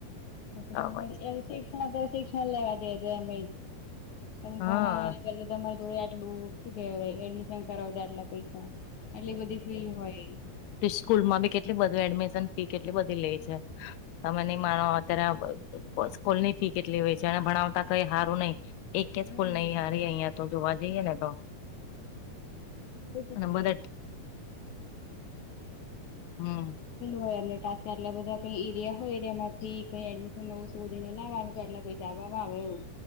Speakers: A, on the left; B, on the left.
A: ત
B: બરાબર
A: શિક્ષણ શિક્ષણ લેવા જઈએ તો એમ છે
B: હા
A: ભણાવ એને કે તમારે જો આટલું. શું કેહેવાય એડમિશન કરાવતા આટલા પૈસા આટલી બધી ફ્રી હોય
B: સ્કૂલ માં બી કેટલી બધી એડમિશન ફી કેટલી બધી લે છે તમે નહીં માનો. અત્યારે સ્કૂલની ફી કેટલી હોય છે અને ભણાવતા કઈ હારું નહી. એકય
A: હમ.
B: સ્કૂલ નહીં હારી અહિયાં તો જોવા જઈએ ને તો.
A: <unintelligible> ની
B: અને બધા હમ
A: હોય એમ ટા એટલા બધા કઈ એરિયા હોય એરિયા થી કઈ એડમિશન નવું શોધીને લાવવાનું એટલા. જવા વાવ એવું.